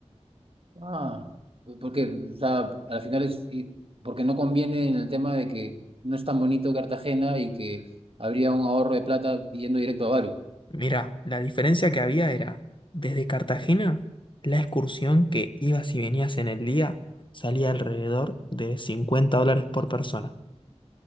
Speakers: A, on the right; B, on the left.
A: Ah, pues porque, o sea, al final es, y- porque no conviene en el tema de que no es tan bonito Cartagena y que habría un ahorro de plata yendo directo a Bari.
B: Mira, la diferencia que había era, desde Cartagena, la excursión que ibas y venías en el día salía alrededor de 50 dólares por persona.